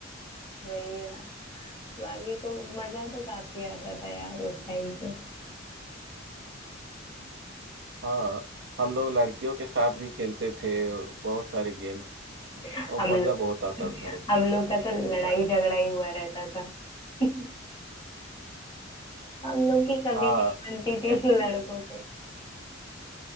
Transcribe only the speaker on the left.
वही ना बाकी तो मजा तो काफी आता था यार उस टाइम पे
हम
लोग
हम लोग का
तो लड़ाई
झगड़ा ही हुआ रहता था <laughs> हम लोग की कभी
नहीं बनती थी
लड़कों से